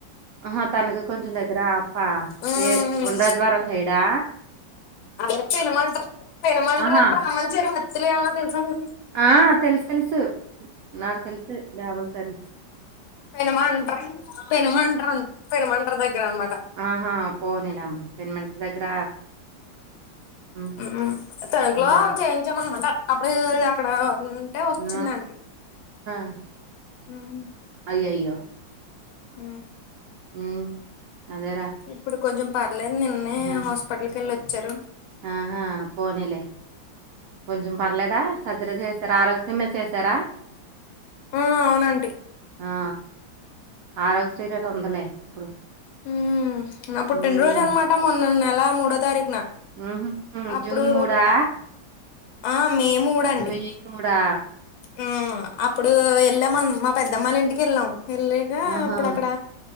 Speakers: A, on the right (about 85°); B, on the left (about 85°).
A: ఆ తనకు కొంచెం దగ్గర అప్పా
B: ఉమ్.
A: ఏ ఒండ్రాజవారం సైడా
B: అదే పెనుమంట పెనుమంట్ర
A: ఆహా!
B: బ్రాహ్మణ చెరువు అత్తిలేమన్నా తెలుసా మీకు
A: ఆ తెలుసు తెలుసు నాకు తెలుసు బ్రాహ్మణ చె
B: పెనుమంటర్ పెనుమంటర్ పెనుమంటర్ దగ్గర అన్నమాట
A: ఆహా పోనీలా అమ్మ పెన్మంటర్ దగ్గర హ్మ్.
B: ఉమ్ తనకులో
A: అదేలే.
B: చేయించామన్న మంట అప్పుడే అక్కడ ఉంటే వచ్చిందండి
A: ఆ! <inaudible>
B: ఉమ్
A: అయ్యయ్యో
B: ఆ
A: ఉమ్ అదేరా
B: ఇప్పుడు కొంచెం పర్లేదు నిన్నే
A: ఆహా!
B: హాస్పిటల్ కెళ్ళొచ్చారు
A: ఆహా పోనీలే కొంచెం పర్లేదా సర్జరీ చేసారా ఆరోగ్యం మీద చేశారా
B: ఆ అవునాంటి
A: ఆ ఆరోగ్యశ్రీ నేగా ఉందిలే ఇప్పుడు
B: ఉమ్ నా పుట్టిన
A: హ్మ్.
B: రోజు అన్నమాట మొన్న నెల మూడో తారీఖున
A: ఉమ్ హూ
B: అప్పుడు
A: జూన్ మూడా
B: ఆ మే మూడండి
A: మే మూడా
B: ఆ అప్పుడు యెళ్ళామ్ మా పెద్దమ్మ ఇంటికి యెళ్ళాం యెళ్ళాకా
A: ఆహా!
B: అప్పుడు అక్కడ